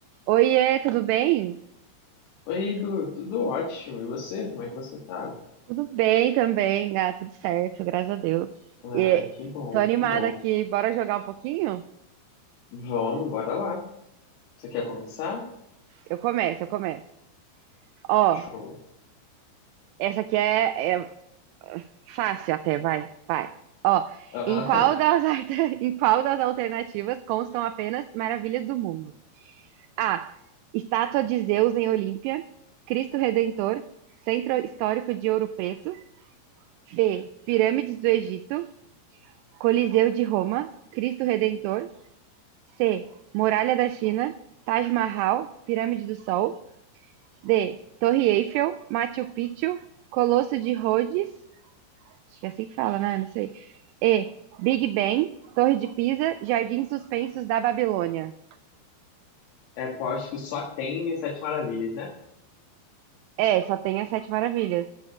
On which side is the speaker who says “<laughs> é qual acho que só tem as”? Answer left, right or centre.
Left